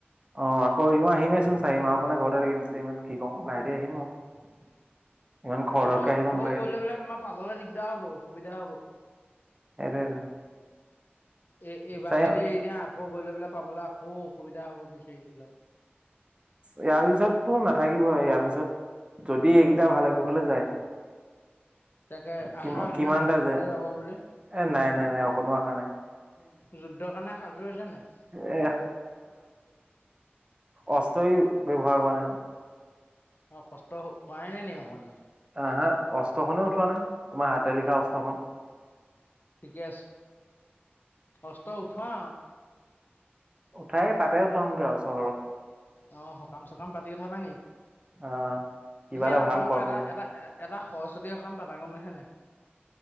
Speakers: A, on the right; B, on the left.
A: অহ, আকৌ এনে আহিমেইচোন চাৰি মাহৰ কাৰণে ঘৰতে থাকিম কিমান কি কৰুং লাহে দেহি আহিম আও। ইমান
B: তাকে
A: খৰ ধৰকে
B: আকৌ
A: আহিব নালাগে।
B: গৈ লৈ পেলাই তোমাৰ পাবলৈ দিগদাৰ হ'ব অসুবিধা হব
A: সেইটোৱেটো
B: এই এইবাৰ
A: চাই
B: যদি এতিয়া আকৌ গৈ লৈ পেলাই পাবলৈ আকৌ অসুবিধা হ'ব বিচাৰি পেলাই।
A: ইয়াৰ পিছতটো নাথাকিবই ইয়াৰ পিছত যদি এইকেইটা ভাল কুশলে যায়।
B: তাকে
A: কি
B: আশা আছেনে
A: কিমানটা
B: ভালে কুশলে
A: যায়
B: যাব বুলি।
A: এ নাই নাই নাই অকণো আশা নাই।
B: যুদ্ধৰ কাৰণে সাজু হৈছা নাই?
A: এ অস্ত্ৰও ব্যৱহাৰ কৰা নাই <unintelligible>
B: অহ, কষ্ট কৰাই নাই নি অকমানো।
A: হা- হা অস্ত্ৰ খনে উঠোৱা নাই তোমাৰ হাতে লিখা অস্ত্ৰখন।
B: ঠিকে আছে অষ্ট উঠোৱা।
A: উঠাই তাতে উঠামগে আৰু চহৰত।
B: অঁ সকাম চকাম পাতি উঠাবা নি
A: আহ কিবা
B: তুমি এটা
A: ভাল
B: কাম
A: কৰ্ম
B: কৰা এটা
A: কৰি
B: এটা। এটা সৰস্বতী সকাম পাতা গম পাইছা নাই।